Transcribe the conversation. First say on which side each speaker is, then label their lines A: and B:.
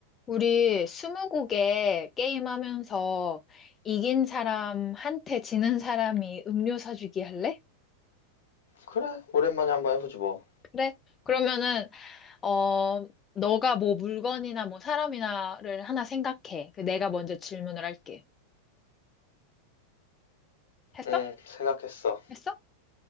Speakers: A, on the left (about 20°); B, on the left (about 60°).
A: 우리 스무고개 게임하면서 이긴 사람한테 지는 사람이 음료 사주기 할래?
B: 그래, 오랜만에 한번 해보지 뭐.
A: 그래? 그러면은 어 너가 뭐 물건이나 뭐 사람이나를 하나 생각해. 그 내가 먼저 질문을 할게. 했어?
B: 응, 생각했어.
A: 했어?